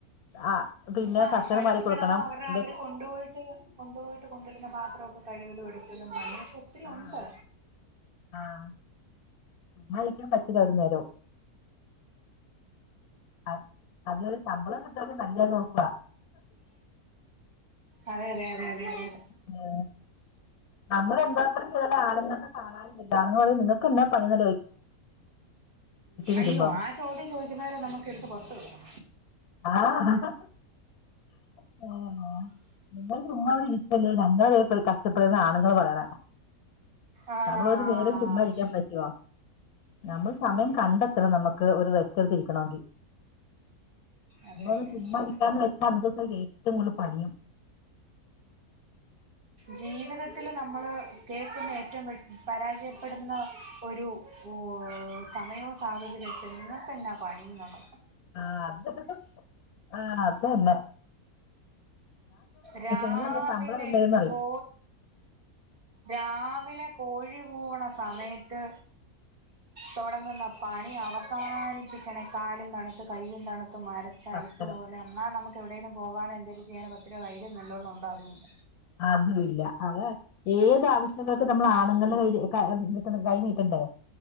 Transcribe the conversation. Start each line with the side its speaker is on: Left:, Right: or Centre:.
Left: ആഹ് പിന്നെ
Right: ആഹ്
Left: ഭക്ഷണം
Right: പഠിപ്പിക്കണം
Left: വാരി കൊടുക്കണം
Right: അവരുടെ
Left: ഇ
Right: അവര് കൊണ്ടുപോയിട്ട് കൊണ്ടുപോയിട്ട് കൊണ്ടരുന്ന പാത്രമൊക്കെ കഴുകലും എടുക്കലുംപണിഒക്കെ ഒത്തിരിയൊണ്ട്
Left: ആഹ് ആഹ് ചുമ്മയിരിയ്ക്കാൻ പറ്റില്ലാരൂ നേരോ അ അതിനൊരു ശമ്പളം കിട്ടെങ്കി നല്ലോ നോക്ക
Right: അതെ അതെ അതെ <unintelligible>
Left: <unintelligible> നമ്മളെന്താക്ണ് ചെയ്ത ആണ്ങ്ങൾക്ക് കാണാൻല്ലല്ലോ ആണ് ങ്ങപറയും നിങ്ങ <unintelligible> വരുമ്പം
Right: അയ്യോ ആ ചോദ്യം ചോദിക്കുന്നവരെ നമുക്ക് എടുത്ത് പൊറത്തുടണം
Left: ആഹ്‌ അഹ് ആഹ് <unintelligible> നിങ്ങള് ചുമ്മവ്ടെയിക്കല്ലേ ഞങ്ങള കഷ്ടപ്പെടുന്ന ആണുങ്ങൾ പറയണ
Right: ആഹ്
Left: നമ്മളൊരു നേരം ചുമ്മയിരിയ്ക്കാൻ പറ്റോ നമ്മൾ സമയം കണ്ടെത്തണം നമുക്ക് ഒരു റെസ്റ്റ് എടുത്തിരിക്കണമെങ്കി
Right: അതെ
Left: നമ്മള
Right: അതെ
Left: ചുമ്മ
Right: അതെ അതെ
Left: ഇരിക്കാവെച്ച
Right: അതെ അതെ
Left: ന്തസ ഏറ്റവും കൂടുതൽ പണിയും
Right: ജീവിതത്തില്നമ്മള് കേക്കുന്ന ഏറ്റവും പരാജയപ്പെടുന്ന ഒരു ഓഹ് സമയവും സാഹചര്യക്കെ നിങ്ങൊക്കെന്നാ പണിന്നാണ്
Left: ആഹ്‌ അത് ആഹ് അതന്നെ
Right: രാവിലെ
Left: ഇന്നൊന്ന് ശമ്പളം തന്നേരേന്ന് പറയും
Right: കോ രാവിലെ കോഴി കൂവണ സമയത്ത് തുടങ്ങന്ന പണി അവസാനിപ്പിക്കണെ കാലും തണുത്ത് കൈയും തണുത്ത് മര ക്ഷയ്സ്
Left: പത്തര
Right: പോലെ എന്നാനമുക്ക് എവിടെേങ്കും പോവാനോ എന്തേലും ചെയ്യാനൊ പത്തരൂപ കൈ നല്ലോണ ണ്ടോ അതുല്ല
Left: അതുല്ല അതെന്നേ ഏത് ആവശ്യങ്ങക്കും നമ്മൾ ആണുങ്ങൾടെ ക <unintelligible> കൈനീട്ടണ്ടെ